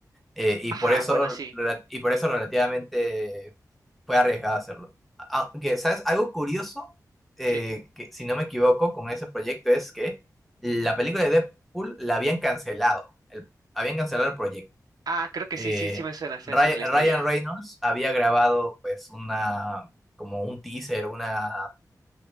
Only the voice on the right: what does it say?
ajá,
bueno, sí,
sí.
Ah, creo que
sí, sí, sí me suena, se
me suena la
historia.